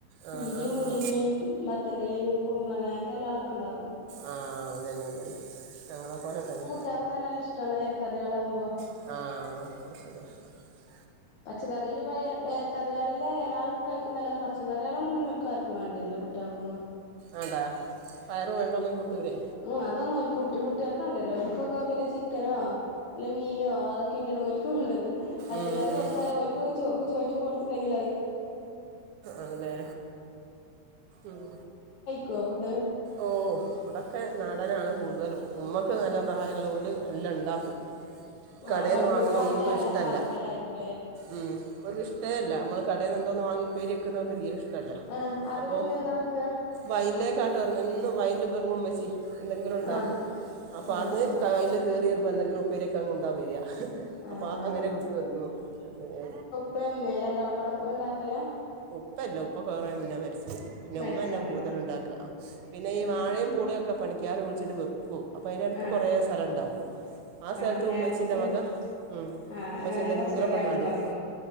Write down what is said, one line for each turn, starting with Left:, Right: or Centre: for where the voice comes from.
Left: ചീരയും
Right: ആ ആ
Left: മുരിങ്ങിയും
Right: ആ
Left: മത്തന്റലിയും കുമ്പളങ്ങ അങ്ങനത്തെ എല്ലാളൊക്കെ ഉണ്ടാാക്കും
Right: ആഹ് അതന്നെ അതന്നെ ഞങ്ങളെ പോലെ തന്നെ
Left: ഉട്ടാകുന്നെ നല്ല ഇഷ്ട ഇലക്കറികളാമ്പോ
Right: ആഹ്
Left: പച്ചക്കറിയിൽല കറയാളെൾ കഴിക്കുന്ന അല്ലാെ പച്ചക്കറികളൊന്നുംന്നെ ഒരുക്കർക്കും വേണ്ടിട്ടയാര്ല്ല കുട്ടിയൾക്കൊന്നും
Right: ആണ്ടാ പയറ് വേണ്ടൊന്നും കൂട്ടൂലേ
Left: ഉം അതൊന്നോൽക്ക് കുട്ടികൾക്ക ഉണ്ടല്ലോ ഓൾക്കൊക്കെ പിന്നെ ചിക്കനോ അല്ല മീനോ അതൊക്കെയ ഇക്കന ഓല്ക്ക് വേണ്ടത് പച്ചക്കാർ
Right: ഉം,
Left: കൊറ
Right: ഉം.
Left: ക്ക് കൊടുത്ത് കഴിഞ്ഞാ
Right: അല്ലെ ഉം
Left: കോവിഡ്
Right: ഓഹ് ഇവിടൊക്കെ നടനാണ് കൂടുതലും ഉമ്മക്ക് നല്ല പ്രായമുള്ള ഓല് എല്ലാം ഉണ്ടാക്കും കടെന്ന്
Left: ആഹ് പടുകൂട്ട്
Right: വാങ്ങുന്ന
Left: അയിന്റെ
Right: ഒന്നും
Left: അല
Right: ഇഷ്ടല്ല
Left: ആൾക്കാരായിരിക്കുംല്ലേ
Right: ഉം അവർ ഇഷ്ട്ടെല്ല നമ്മള് കടേന്ന് എന്തോന്ന് വാങ്ങി പേരിയക്കുന്നവർക്ക് ഇഷ്ടം ഇല്ല
Left: ആഹ് അപ്പൊ
Right: അപ്പോൾ
Left: പിന്നെ എന്താ വെക്കുക
Right: വയലേക്കാട്ട് ഇറങ്ങ എന്ന് വയൽ ഇറങ്ങുമ്മൾച്ചി എന്തെങ്കിലും ഉണ്ടാക്കൂ
Left: ആഹ്
Right: അപ്പോം
Left: ആഹ്
Right: അവിന്ന്
Left: ആഹ്
Right: കയ്ൽ കയറി വരുമ്പോൾ എന്തെങ്കിലും ഉപ്പേരൊക്കെ അങ്ങ് കൊണ്ട വര
Left: ആഹ്
Right: അപ്പൊ അങ്ങനെ വിട്ടു വന്നു എ
Left: പ്പേ മ്മേ രണ്ടാളും പട ഉണ്ടാക്കല
Right: ഉപ്പല്ല ഉപ്പ കുറെ മുന്നേ മരച്ചു പിന്നെ
Left: മരിച്ചോ
Right: ഉമ്മന്നെ കൂടുതല
Left: ആഹ്
Right: ഉണ്ടാക്ക പിന്നെ ഈ
Left: ആഹ്
Right: വാഴേ പൂളും ഒക്കെ പണിക്കാറ് ഒഴിച്ചിട്ട് വെപ്പു അപ്പൊ അതിടുക്ക്
Left: ആഹ്
Right: കുറെേ സ്ഥലംണ്ടാവും ആഹ് സ്ഥലത്ത്
Left: അങ്ങനെ
Right: ഉമ്മച്ചിന്റെ
Left: നമുക്ക്
Right: വക ഉം
Left: ആഹ്
Right: ഉമ്മച്ചി
Left: അങ്ങനെ
Right: എന്തെങ്കിലൊക്കെ
Left: പച്ചക്കറിയാളും
Right: നടും
Left: ഉണ്ടാക്കും